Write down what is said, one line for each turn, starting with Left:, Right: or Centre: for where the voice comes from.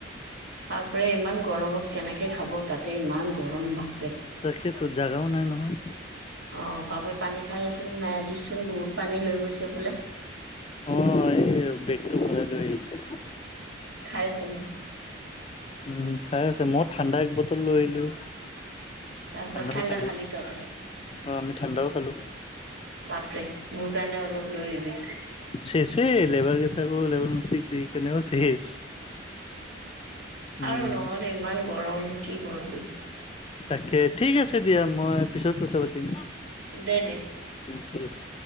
Right: বাপৰে ইমান গৰমত কেনেকে খাব তাতে ইমান গৰম বা।
Left: তাকেতো জাগাও নাই নহয়।
Right: অ পাপাই পানী খাই আছোন নাই আজিচোন বহুত পানী লৈ গৈছে বোলে?
Left: অ এই বেগটো ভৰাই <unintelligible>
Right: খাইছোং।
Left: উম খাই আছে, মই ঠাণ্ডা এক বটল লৈ আহিলো।
Right: তাৰ পিছত
Left: ঠাণ্ডাও
Right: ঠাণ্ডা
Left: খালি।
Right: তহঁতে
Left: অ আমি ঠাণ্ডাও খালো।
Right: বাপৰে মোৰ কাৰণে অলপ লৈ আহিবি
Left: চে চে লেবাৰ গেতাকো লেবাৰ মিস্ত্ৰ- চিখ দিখ কেনেও চেছ উম
Right: আৰু নহলে ইমান গৰম কি কৰবি?
Left: তাকে ঠিক আছে দিয়া মই পিছত কথা পাতিম।
Right: দে দে
Left: ঠিক আছে।